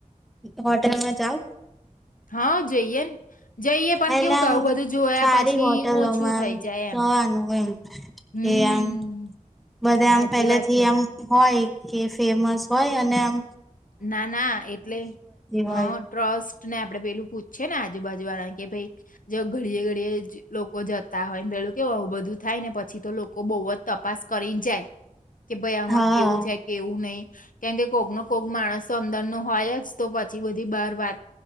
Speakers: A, in the centre; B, on the left.
A: હોટેલમાં જાઓ
B: હા જઈએ જઈએ પણ
A: એટલે
B: કેવું
A: આમ
B: કઉું બધું જોયા
A: સારી
B: પછી
A: હોટલોમાં
B: ઓછું થઈ જાય
A: જવાનું
B: એમ
A: એમ
B: હમ
A: કે આમ બધા
B: સાચી
A: આમ પેલે
B: વાત
A: થી
B: છે
A: આમ હોય કે ફેમસ હોય અને એમ
B: ના ના એટલે
A: હોય
B: હ ટ્રસ્ટ ને આપડે પેલું પૂ છે ને આજુબાજુ વાળા કે ભાઈ જો ઘડીએે ઘડીએ લોકો જતા હોય ને પેલું કેવું બું બધું થાય. થાય ને પછી તો લોકો બહુ જ તપાસ કરી જાય. કે ભાઈ આમાં
A: હા
B: કેવું છે કેવું નહી કેમ કે કોગ ન કોક માણસ તો અંદર નો હોય જ તો પછી બધી બાર વાત